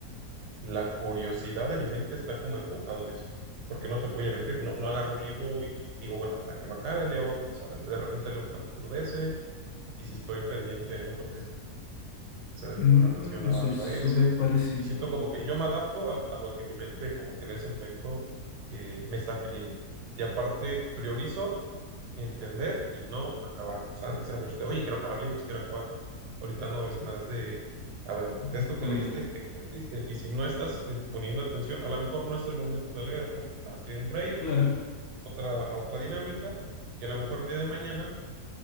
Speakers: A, on the right; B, on the left.
A: la curiosidad de mi mente está como enfocado en eso. Porque no te voy a mentir, no, no agarro un libro y digo, bueno, hasta que lo acabe, leo otro. O sea, de repente leo un capítulo de ese, y si estoy pendiente en otro que sea de
B: mm,
A: programación, avanzo
B: soy súper
A: a ese.
B: parecido.
A: Y siento como que yo me adapto a, a lo que mi mente como que en ese momento eh, me está pidiendo. Y aparte, priorizo entender y no acabar. O sea, antes era mucho de, oye, quiero acabar libros, quiero acabar. Ahorita no, es más de, ah, bueno, de esto
B: Entender.
A: que leíste, que entendiste. Y si no estás eh, poniendo atención, a lo mejor no es el momento de leer, ¿no? Date un break,
B: Claro.
A: otra, a otra dinámica, y a lo mejor el día de mañana